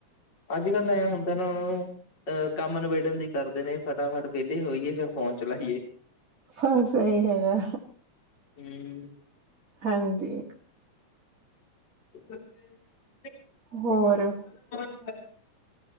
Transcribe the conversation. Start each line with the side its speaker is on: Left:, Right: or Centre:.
Left: ਅੱਜ-ਕੱਲ ਤਾ ਐ ਹੁੰਦਾ ਨਾ ਓਨਾਂ ਨੂੰ ਅਹ ਕੰਮ ਨਿਬੇੜਣ ਦੀ ਕਰਦੇ ਨੇ, ਫਟਾਫਟ ਵੇਲੇ ਹੋਈਏ ਫਿਰ ਫੋਨ ਚਲਾਈਏ।
Right: ਬਸ ਏਈ ਹੈਗਾ,
Left: ਹੂੰ,
Right: ਹਾਂਜੀ।
Left: <unintelligible>
Right: ਹੋਰ